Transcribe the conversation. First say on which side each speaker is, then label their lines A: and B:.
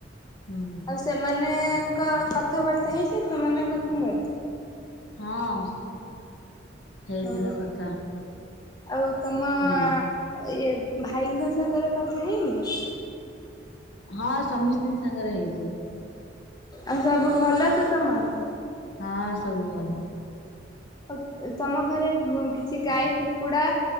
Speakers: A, on the left; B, on the left.
A: ହୁଁ
B: ଆଉ ସେମାନେ କଥାବାର୍ତ୍ତା ହେଇଛ ସେମାନଙ୍କ ସାଙ୍ଗରେ
A: ହଁ। ହେଇ
B: ଓ
A: ପିଲା କଥା
B: ଆଉ ତମ
A: ହୁଁ।
B: ଇଏ ଭାଇଙ୍କ ସାଙ୍ଗରେ କଥା ହେଇନି
A: ହଁ ସମିଷ୍ଟିଙ୍କ ସାଙ୍ଗରେ ହେଇଛି।
B: ଆଉ ସବୁ ଭଲ ତ ତମର?
A: ହଁ ସବୁ ଭଲ
B: ଆଉ ତମ ଘରେ କିଛି ଗାଈ କୁକୁଡା